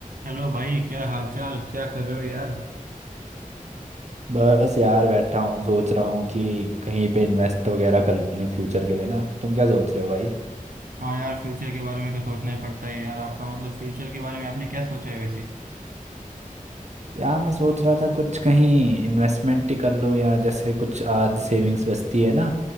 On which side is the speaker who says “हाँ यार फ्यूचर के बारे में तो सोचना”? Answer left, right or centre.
Right